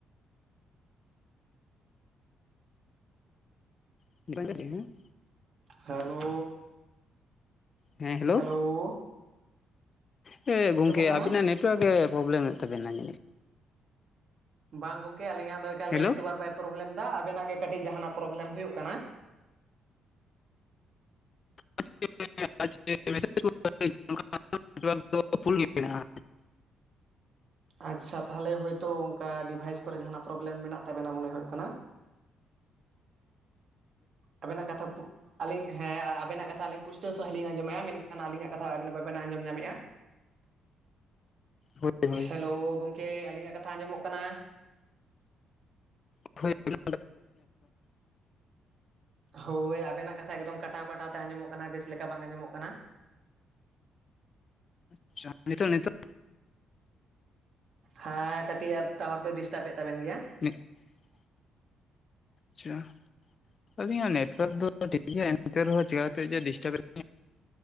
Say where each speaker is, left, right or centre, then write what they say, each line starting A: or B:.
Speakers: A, on the left; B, on the right.
A: <unintelligible>
B: ᱦᱟᱞᱳᱻ᱾
A: ᱦᱮᱸ ᱦᱮᱞᱳ
B: ᱦᱮᱞᱳᱻ᱾
A: ᱦᱮ ᱜᱚᱝᱠᱮ
B: ᱠᱟᱱᱟ?
A: ᱟᱵᱤᱱᱟᱜ ᱱᱮᱴᱣᱟᱨᱠ ᱜᱮ ᱯᱨᱚᱵᱽᱞᱮᱢᱮᱫ ᱛᱟᱵᱮᱱᱟᱭ᱾
B: ᱵᱟᱝ ᱜᱚᱝᱠᱮ ᱟᱹᱞᱤᱧᱟᱜ ᱫᱚ ᱮᱠᱟᱞ
A: ᱦᱮᱞᱳ
B: ᱜᱮ ᱵᱟᱝ ᱱᱮᱴᱣᱟᱨᱠ ᱵᱟᱭ ᱯᱨᱚᱵᱞᱮᱢ ᱮᱫᱟ᱾ ᱟᱵᱮᱱᱟᱜ ᱜᱮ ᱠᱟᱹᱴᱤᱡ ᱡᱟᱦᱟᱱᱟᱜ ᱯᱨᱚᱵᱞᱮᱢ ᱦᱩᱭᱩᱜ ᱠᱟᱱᱟ᱾
A: <unintelligible> <unintelligible> ᱢᱮᱱᱟᱜᱼᱟ
B: ᱟᱪᱷᱟ ᱛᱟᱦᱞᱮ ᱦᱳᱭᱛᱳ ᱚᱱᱠᱟ ᱰᱤᱵᱷᱟᱭᱤᱥ ᱠᱚᱨᱮ ᱡᱟᱦᱟᱱᱟᱜ ᱯᱨᱚᱵᱞᱮᱢ ᱢᱮᱱᱟᱜ ᱛᱟᱵᱮᱱᱟ, ᱢᱚᱱᱮ ᱦᱩᱭᱩᱜ ᱠᱟᱱᱟ᱾ ᱟᱵᱮᱱᱟᱜ ᱠᱟᱛᱷᱟ ᱟᱹᱞᱤᱧ ᱦᱮᱸ᱾ ᱟᱵᱮᱱᱟᱜ ᱠᱟᱛᱷᱟ ᱟᱹᱞᱤᱧ ᱯᱩᱴᱟᱹᱣ ᱥᱟᱺᱦᱤᱸᱡ ᱞᱤᱧ ᱟᱸᱡᱚᱢᱮᱫᱼᱟ, ᱢᱮᱱᱠᱷᱟᱱ ᱟᱹᱞᱤᱧᱟᱜ ᱠᱟᱛᱷᱟ ᱟᱵᱮᱱ ᱵᱟᱵᱮᱱ ᱟᱸᱡᱚᱢ ᱧᱟᱢᱮᱫᱼᱟ᱾
A: ᱦᱳᱭ ᱦᱳᱭ
B: ᱦᱮᱞᱳ! ᱜᱚᱝᱠᱮ ᱟᱹᱞᱤᱧᱟᱜ ᱠᱟᱛᱷᱟ ᱟᱸᱡᱚᱢᱚᱜ ᱠᱟᱱᱟ?
A: <unintelligible>
B: ᱦᱳᱭ ᱟᱵᱮᱱᱟᱜ ᱠᱟᱛᱷᱟ ᱮᱠᱫᱚᱢ ᱠᱟᱴᱟᱣ ᱠᱟᱴᱟᱣ ᱛᱮ ᱟᱸᱡᱚᱢᱚᱜ ᱠᱟᱱᱟ ᱵᱮᱥ ᱞᱮᱠᱟ ᱵᱟᱝ ᱟᱸᱡᱚᱢᱚᱜ ᱠᱟᱱᱟ
A: <unintelligible> ᱱᱤᱛᱚᱜ ᱱᱤᱛᱚᱜ᱾
B: ᱦᱮᱸ ᱠᱟᱹᱴᱤᱡ ᱟᱫᱚ ᱴᱟᱣᱟᱨ ᱫᱚᱭ ᱰᱤᱥᱴᱟᱵᱮᱫ ᱛᱟᱵᱮᱱ ᱜᱮᱭᱟ
A: <unintelligible> ᱟᱪᱷᱟ ᱟᱹᱞᱤᱧᱟᱜ ᱱᱮᱴ ᱚᱣᱟᱨᱠ ᱫᱚ ᱴᱷᱤᱠ ᱜᱮᱭᱟ ᱮᱱᱛᱮ ᱨᱮᱦᱚᱸ ᱪᱤᱠᱟᱹ ᱠᱟᱛᱮ ᱡᱮ ᱰᱤᱥᱴᱟᱵ ᱮᱫ